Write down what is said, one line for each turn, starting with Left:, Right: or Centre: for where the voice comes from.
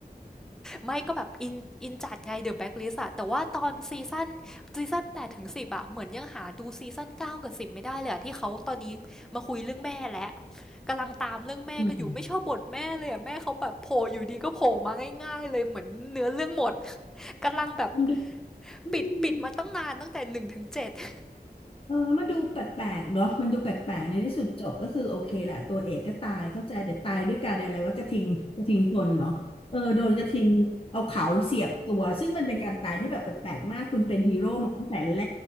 Centre: ไม่ก็แบบอินอินจัดไง The Blacklist อะแต่ว่าตอนซีซั่นซีซั่นแปดถึงสิบอะเหมือนยังหาดูซีซั่นเก้ากับสิบไม่ได้เลยอะที่เขาตอนนี้มาคุยเรื่องแม่แล้วกำลังตามเรื่องแม่ก็อยู่ไม่ชอบบทแม่เลยอะแม่เขาแบบโผล่อยู่ดีก็โผล่มาง่ายๆเลยเหมือนเนื้อเรื่องหมด
Left: อืม
Centre: กำลังแบบ
Left: มันดูอืม
Centre: ปิดปิดมาตั้งนานตั้งแต่หนึ่งถึงเจ็ด <laughs>
Left: เออมันดูแปลกๆเนาะมันดูแปลกๆในที่สุดจบก็คือโอเคแหละตัวเอกก็ตายเข้าใจแต่ตายด้วยการอะไรว่ากระทิงกระทิงชนเนาะเออโดนกระทิงเอาเขาเสียบตัวซึ่งมันเป็นการตายที่แบบแปลกๆมากคุณเป็นฮีโร่มาตั้งแต่แร